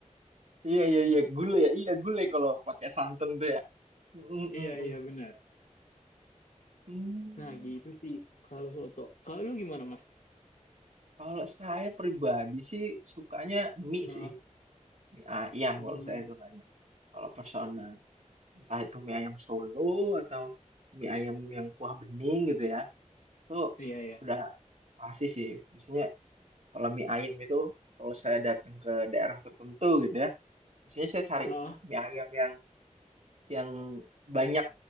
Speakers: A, on the right; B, on the left.
A: iya iya iya gulai ya iya gulai kalau pakai santan tuh ya Mm,
B: Iya,
A: mm, mm.
B: iya benar.
A: Hmm,
B: Nah, gitu sih kalau soto. Kalau lu gimana, Mas?
A: kalau saya pribadi sih sukanya mie
B: Heeh.
A: sih mie ayam
B: Hmm,
A: kalau saya sukanya kalau personal entah itu mie ayam Solo atau mie ayam yang kuah bening gitu ya itu
B: iya, iya.
A: udah Pasti sih, biasanya kalau mie ayam itu kalau saya datang ke daerah tertentu gitu ya, biasanya saya cari
B: Heeh,
A: mie ayam yang yang banyak.